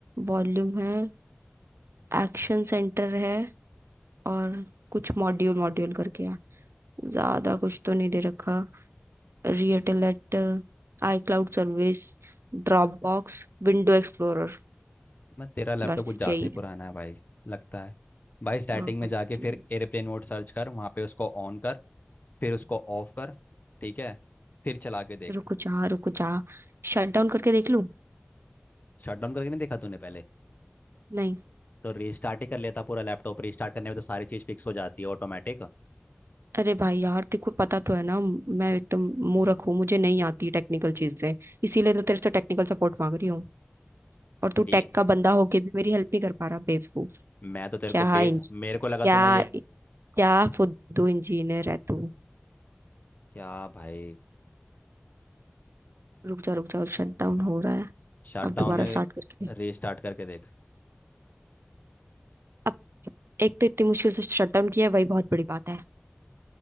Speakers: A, on the right; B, on the left.
A: वॉल्यूम है एक्शन सेंटर है और कुछ मॉड्यूल मॉड्यूल करके है ज्यादा कुछ तो नहीं दे रखा रियटेलेट iCloud service Dropbox window explorer
B: मैं तेरा लैपटॉप
A: बस
B: कुछ ज़्यादा
A: यही
B: ही पुराना
A: है
B: है भाई लगता है भाई सेटिंग
A: हाँ
B: में
A: भाई
B: जाके
A: चलो।
B: फिर एयरप्लेन मोड सर्च कर वहाँ पे उसको ऑन कर फिर उसको ऑफ कर ठीक है फिर चला के देख
A: रुको जा रुको जा शट डाउन करके देख लूं
B: शट डाउन करके नहीं देखा तूने पहले
A: नहीं
B: तो रीस्टार्ट ही कर लेता पूरा लैपटॉप रीस्टार्ट करने में तो सारी चीज़ फिक्स हो जाती है ऑटोमेटिक
A: अरे भाई यार तेको पता तो है ना मैं एकदम मूर्ख हूँ मुझे नहीं आती टेक्निकल चीजें इसीलिए तो तेरे से टेक्निकल सपोर्ट मांग रही हूँ और तू
B: ये
A: टेक का बंदा होके भी मेरी हेल्प नहीं कर पा रहा बेवकूफ
B: मैं तो तेरे
A: क्या
B: को बे
A: इंज
B: मेरे को लगा
A: क्या
B: तूने ये
A: क्या फुद्दू इंजीनियर है तू
B: क्या भाई
A: रुक जा रुक जा शट डाउन हो रहा है
B: Shut
A: अब
B: down
A: दोबारा स्टार्ट करके दे
B: रीस्टार्ट करके देख
A: अब एक तो इतनी मुश्किल से शट डाउन किया है वही बहुत बड़ी बात है